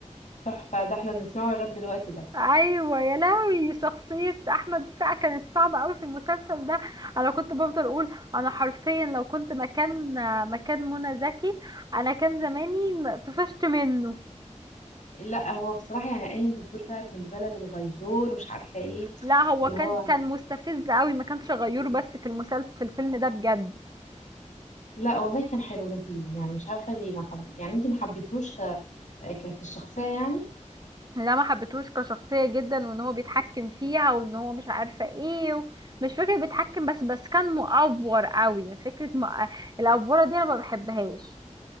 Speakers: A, on the left; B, on the right.
A: تحفة ده احنا بنسمعه لغاية دلوقتي ده
B: ايوه يا لهوي شخصيه احمد السقا كانت صعبه قوي في المسلسل ده انا كنت بفضل اقول انا حرفيا لو كنت مكان مكان منى زكي انا كان زماني م- طفشت منه
A: لا هو بصراحة يعني قايم بالدور بقى ابن البلد الغيور مش عارفة ايه
B: لا هو
A: اللي
B: كان
A: هو
B: كان مستفز قوي ما كانش غيور بس في المسلسل في الفيلم ده بجد
A: لا والله كان حلو لذيذ يعني مش عارفة ليه ما حب... يعني انت ما حبيتهوش ك... ك في الشخصية يعني
B: لا ما حبيتهوش كشخصية جدا وان هو بيتحكم فيها وان هو مش عارفة ايه و... مش فكرة بيتحكم بس بس كان مؤفور قوي فكرة م... آه، الأفورة دي انا ما بحبهاش